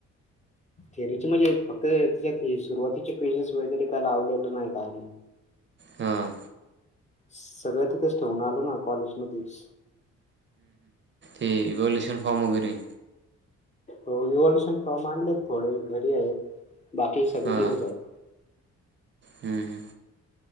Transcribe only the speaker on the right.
हां
इव्हाँल्युशन फॉम वगरे
हां
हम्म, हम्म.